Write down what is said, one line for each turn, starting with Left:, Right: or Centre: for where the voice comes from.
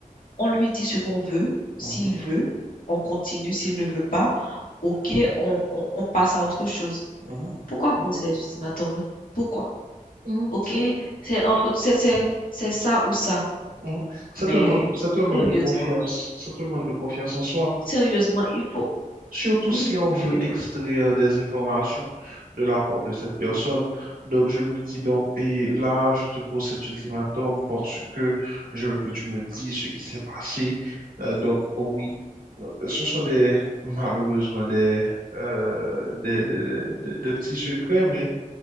Left: On lui dit ce qu'on veut, s'il
Right: mhm,
Left: veut, on continue, s'il ne veut pas, ok, on, on- on passe à autre chose.
Right: mhm,
Left: Pourquoi poser
Right: mhm,
Left: des ultimatums? hein? Pourquoi?
Right: mhm,
Left: Ok,
Right: c'est
Left: c'est entre, c'est, c'est, c'est ça ou ça.
Right: mhm. C'est
Left: Mais
Right: un manque, c'est un manque
Left: sérieusement,
Right: de confiance, c'est un manque de confiance en soi,
Left: sérieusement, il faut,
Right: Surtout
Left: oui,
Right: si
Left: oui,
Right: on veut
Left: je t'écoute,
Right: extraire des informations de la part de cette personne. Donc, je me dis donc, et là, je te pose cet ultimatum parce que je veux que tu me dises ce qui s'est passé. Euh, donc, oui, euh, ce sont des, malheureusement, des, euh, des, des, des- des- des petits secrets, mais,